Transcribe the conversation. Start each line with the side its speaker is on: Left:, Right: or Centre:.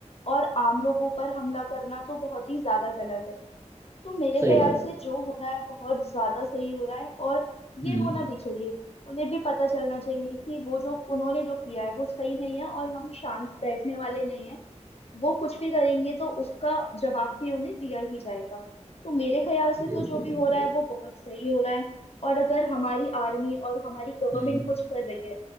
Left: और आम लोगों पर हमला करना तो बहुत ही ज्यादा गलत है तो मेरे
Right: सही
Left: ख्याल
Right: बात
Left: से
Right: है
Left: जो हो रहा है बहुत ज्यादा सही हो रहा है और
Right: हम्म
Left: ये होना भी चाहिए उन्हें भी पता चलना चाहिए कि वो जो उन्होंने जो किया है वो सही नहीं है और हम शांत बैठने वाले नहीं हैं वो कुछ भी करेंगे तो उसका जवाब भी उन्हें दिया ही जाएगा तो मेरे ख्याल से
Right: बिल्कुल
Left: तो जो भी
Right: बिल्कुल
Left: हो रहा
Right: बिल्कुल
Left: है वो बहुत सही हो रहा है और अगर हमारी आर्मी और हमारी गवर्नमेंट
Right: हम्म
Left: कुछ कर रही है